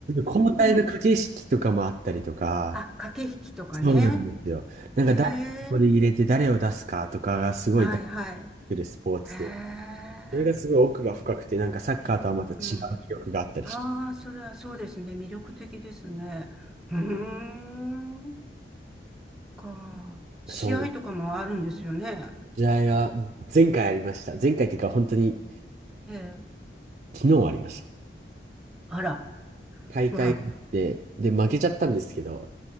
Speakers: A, on the right; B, in the centre.
A: 交代の駆け引きとかもあったりとか、
B: うん。あ、駆け引きとかね。
A: そうなんですよ。なんか誰をここで入れて誰を出すかとかがすごい大事になってくるスポーツで、
B: へえ。はいはい。へえ。
A: それがすごい奥が深くて、なんかサッカーとはまた違う魅力があったりし
B: うん。ああ、それはそうですね。魅力的ですね。うーん。か。試合とかもあるんですよね。
A: ます。そう。試合が前回ありました。前回っていうか本当に
B: ええ。
A: 昨日ありました。
B: あら。
A: 大会があって、
B: わ。
A: で、負けちゃったんですけど、